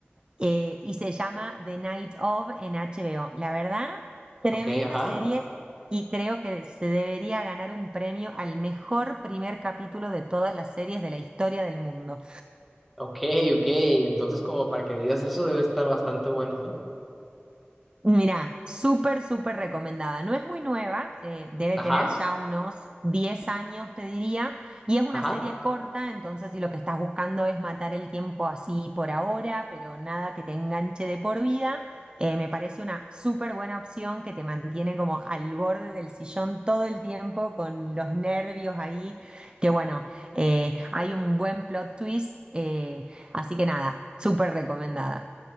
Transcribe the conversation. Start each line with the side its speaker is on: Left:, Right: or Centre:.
Right: eh, y se llama The Night of en HBO. La verdad, tremenda
Centre: ok, ajá.
Right: serie y creo que se debería ganar un premio al mejor primer capítulo de todas las series de la historia del mundo.
Centre: Ok, ok. Entonces, como para que digas eso, debe estar bastante bueno, ¿eh?
Right: Mirá, súper, súper recomendada. No es muy nueva, eh, debe
Centre: Ajá,
Right: tener ya unos 10 años, te diría, y es una
Centre: ajá.
Right: serie corta, entonces si lo que estás buscando es matar el tiempo así por ahora, pero nada que te enganche de por vida, eh, me parece una súper buena opción que te mantiene como al borde del sillón todo el tiempo con los nervios ahí, que bueno, eh, hay un buen plot twist, eh, así que nada, súper recomendada.